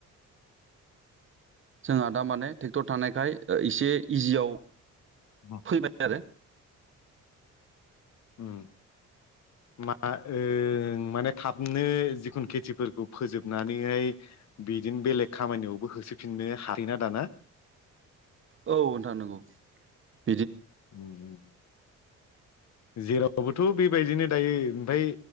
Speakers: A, on the right (about 40°); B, on the left (about 65°).
A: जोंहा दा माने ट्रेक्टर थानायखाय एसे इजियाव
B: अ
A: फैबाय आरो
B: उम्म मा ओ माने थाबनो जिखुनु खेथिफोरखौ फोजोबनानैहाय बिदिनो बेलेग खामानियावबो होसोफिननो हायोना दाना ।
A: औ नोंथां नंगौ ।
B: उम्म उम्म जेरावबोथ' बेबायदिनो दायो ओमफ्राय